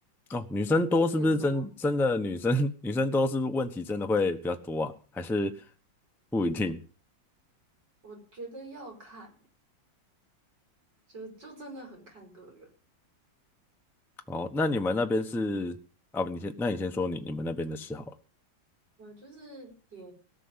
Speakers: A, in the centre; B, on the right.
A: 哦，女生多是不是真真的女生
B: 偏多，
A: <laughs> 女生多是不是问题真的会比较多啊？还是不一定？
B: 我觉得要看，就就真的很看个人。
A: 哦，那你们那边是啊不，你先那你先说你你们那边的事好了。
B: 呃，就是也